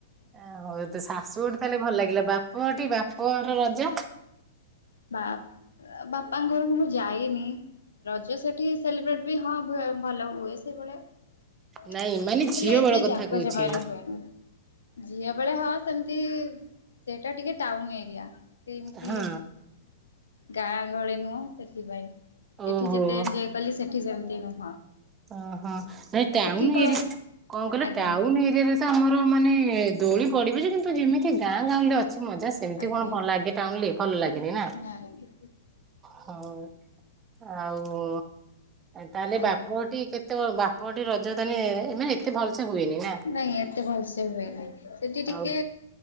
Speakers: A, on the right (about 25°); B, on the left (about 85°).
A: ଆ ହଉ ତ ଶାଶୁଘଟିି ତାହେଲେ ଭଲ ଲାଗିଲା, ବାପଘଟି ବାପଘର ରଜ?
B: ବା ବାପାଙ୍କ ଘରକୁ ମୁଁ ଯାଇନି। ରଜ ସେଠି ସେଲିବ୍ରେଟ୍ ବି ହଁ ଭଲ ହୁଏ ସେଇଭଳିଆ। ହେଲେ
A: ନାଇଁ ମାନେ ଝିଅ
B: ଏତେ
A: ବେଳ କଥା
B: ଯାକ
A: କହୁଛି
B: ଜମାରେ ହୁଏନି, ଝିଅ ବେଳେ ହଁ ସେମ୍ତି ସେଇଟା ଟିକେ ଟାଉନ୍ ଏରିଆ, ସେମ୍ତି
A: ହଁ
B: ଗାଁ ଗହଳି ନୁହଁ ସେଥିପାଇଁ
A: ଓହୋ।
B: ଏଠି ଯେତେ ଏଞଜୟ କଲି ସେଠି ସେମ୍ତି ନୁହଁ
A: ଓହୋ ନାଇଁ ଟାଉନ୍
B: ସେଠି କଣ
A: ଏରିଆ କଣ କିଇଲ
B: ଆଜ୍ଞା
A: ଟାଉନ୍ ଏରିଆରେ ତ ଆମର ମାନେ ଦୋଳି ପଡିବ ଯେ, କିନ୍ତୁ ଯେମିତି ଗାଁ ଗାଁଉଁଲି ରେ ଅଛି ମଜା ସେମ୍ତି
B: ଆଜ୍ଞା
A: କଣ ଲାଗେ ଟାଉନ୍ ରେ, ଭଲ ଲାଗେନି ନା।
B: ନାଇଁ
A: ହଉ ଆଉ ତାହେଲେ
B: ଆଜ୍ଞା
A: ବାପଘଟି କେତବଳେ ବାପଘଟି ରଜଦାନୀ ଏମାନେ ଏତେ ଭଲସେ ହୁଏନି। ନା
B: ନାଇଁ ଏତେ ଭଲସେ ହୁଏନି, ସେଠି ଟିକେ
A: ଆଉ